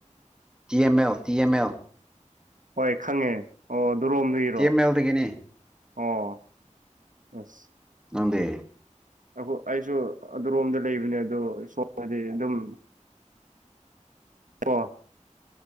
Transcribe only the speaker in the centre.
T M F T M F
ꯇꯤ ꯑꯦꯝ ꯑꯦꯜꯗꯒꯤꯅꯤ
ꯅꯪꯗꯦ